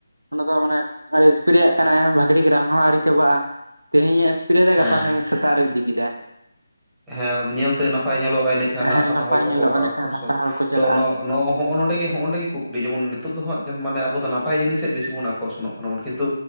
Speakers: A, on the right; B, in the centre.
A: ᱚᱱᱟ ᱫᱚ ᱢᱟᱱᱮ ᱥᱯᱨᱮᱭᱟᱜ ᱠᱟᱱᱟ ᱵᱷᱟᱹᱜᱤ ᱴᱷᱤᱠ ᱨᱟᱱ ᱦᱚᱸ ᱟᱹᱣᱨᱤ ᱪᱟᱵᱟᱜᱼᱟ᱾ ᱛᱮᱦᱮᱧᱼᱮ ᱮᱯᱨᱮᱫᱟᱭ
B: ᱦᱮᱸ
A: ᱜᱟᱯᱟ ᱠᱷᱟᱱ ᱥᱮᱛᱟᱜ ᱨᱮᱭ ᱤᱫᱤ ᱠᱮᱫᱟᱭ᱾
B: ᱦᱮᱸ ᱧᱮᱞᱛᱮ ᱱᱟᱯᱟᱭ ᱧᱮᱞᱚᱜᱼᱟᱭ ᱤᱸᱱᱟᱹᱠᱷᱟᱱ
A: ᱦᱮᱸ
B: ᱦᱟᱛᱟᱣ
A: ᱱᱟᱯᱟᱭ
B: ᱦᱚᱲ ᱠᱚᱠᱚ
A: ᱧᱮᱞᱚᱜᱼᱟ ᱮᱸᱰᱮᱠᱷᱟᱱ
B: ᱟᱠᱚᱨᱚᱱᱚᱜ
A: ᱦᱟᱛᱟᱣ ᱦᱚᱲ ᱠᱚ ᱪᱟᱞᱟᱜᱼᱟ
B: ᱛᱚᱼ ᱱᱳᱜᱼᱱᱳᱜᱼᱳ ᱦᱚᱜᱼᱚ ᱱᱚᱰᱮ ᱜᱮ ᱦᱚᱜ-ᱚᱱᱚᱰᱮ ᱜᱮ ᱦᱚᱸᱜ ᱚ ᱱᱚᱰᱮ ᱜᱮ ᱠᱩᱠᱞᱤ ᱡᱮᱢᱚᱱ ᱱᱤᱛᱚᱜ ᱫᱚ ᱦᱟᱜ ᱢᱟᱱᱮ ᱟᱵᱚ ᱱᱟᱯᱟᱭ ᱡᱤᱱᱤᱥ ᱥᱮᱫ ᱵᱤᱥᱤ ᱵᱚᱱ ᱟᱠᱚᱨᱥᱚᱱᱚᱜᱼ ᱢᱚᱱ ᱠᱤᱱᱛᱩ